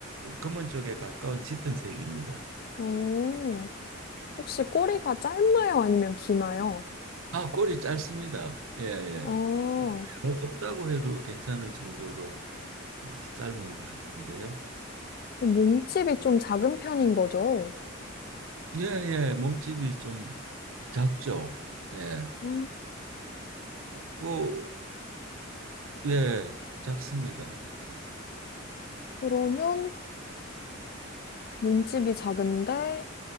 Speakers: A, on the right; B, on the left.
A: 검은 쪽에 가까운 짙은 색입니다.
B: 어, 혹시 꼬리가 짧나요? 아니면 기나요?
A: 아, 꼬리 짧습니다. 예, 예.
B: 아, 음.
A: 너무 없다고 해도 괜찮을 정도로 짧은 것 같은데요.
B: 어, 몸집이 좀 작은 편인 거죠?
A: 예, 예. 몸집이 좀 작죠. 예.
B: 아,
A: 뭐, 예, 작습니다. 몸집이.
B: 그러면 몸집이 작은데